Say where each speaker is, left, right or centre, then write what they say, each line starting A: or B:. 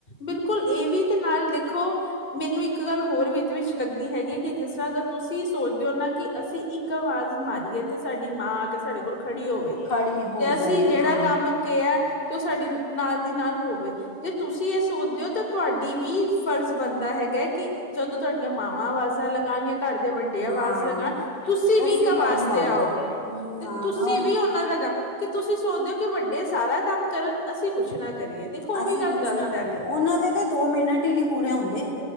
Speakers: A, on the left; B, on the left.
A: ਬਿਲਕੁਲ, ਏ ਵੀ ਤੇ ਨਾਲ ਦੇਖੋ ਮੈਨੂੰ ਇੱਕ ਗੱਲ ਹੋਰ ਵਿਚ-ਵਿਚ ਲੱਗਦੀ ਹੈਗੀ ਹੈ ਕਿ ਜਿਸਰਾਂ ਅਗਰ ਤੁਸੀ ਸੋਚਦੇ ੳ ਨਾ ਕਿ ਅਸੀ ਇਕ ਇੱਕ ਆਵਾਜ ਮਾਰੀਏ ਤੇ ਸਾਡੀ ਮਾਂ ਆ ਕੇ ਸਾਡੇ ਕੋਲ ਖੜੀ ਹੋਵੇ
B: ਹੈ ਖੜੀ ਹੋ
A: ਤੇ ਅਸੀ
B: ਜਾਏ
A: ਜੇੜਾ
B: ਹਾਂ।
A: ਕੰਮ ਕੇਆ, ਤੇ ੳਹ ਸਾਡੀ ਨਾਲ ਦੀ ਨਾਲ ਹੋਵੇ ਜੇ ਤੁਸੀ ਐ ਸੋਚਦੇ ੳ ਤਾਂ ਤੁਹਾਡੀ ਵੀ ਫਰਜ ਬਨਦਾ ਹੈਗਾ ਕਿ ਜਦੋਂ ਤੁਹਾਡੀਆਂ ਮਾਵਾਂ ਆਵਾਜ਼ਾਂ ਲਗਾਣ ਘਰ ਦੇ ਵੱਡੇ ਆਵਾਜ
B: ਹਾਂ
A: ਲਗਾਣ, ਤੁਸੀ ਵੀ
B: ਉਸੀ
A: ਇੱਕ
B: ਟਾਈਮ
A: ਆਵਾਜ਼ ਤੇ ਆਓ।
B: ਨਾ
A: ਤੇ ਤੁਸੀਂ
B: ਨਾ
A: ਵੀ ੳਨਾਂ ਲਗਾ ਕਿ ਤੁਸੀ ਸੋਚਦੇ ੳ ਕਿ ਵੱਡੇ ਸਾਰਾ ਕੰਮ ਕਰਨ, ਅਸੀ ਕੁਛ ਨਾ ਕਰੀਏ। ਦੇਖੋ ਉਹ
B: ਅਸੀ
A: ਵੀ ਗੱਲ
B: ਕੁਛ
A: ਗ਼ਲਤ
B: ਨਾ ਕਰੀਏ
A: ਹੈ
B: ੳਨਾਂ ਦੇ ਤੇ ਦੋ ਮਿਨਟ ਈ ਨੀ ਪੂਰੇ ਹੁੰਦੇ।